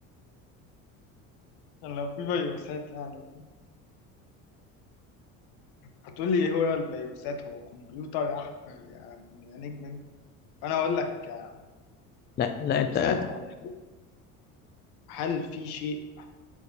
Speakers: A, on the left (about 65°); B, on the left (about 25°).
A: لو في فيروسات يعني هتقول لي ايه هو الفيروسات هو كمبيوتر يا احمد يا يا نجم أنت. فانا اقول لك آه،
B: لا لا
A: فيروسات
B: انت
A: يعني هل في شيء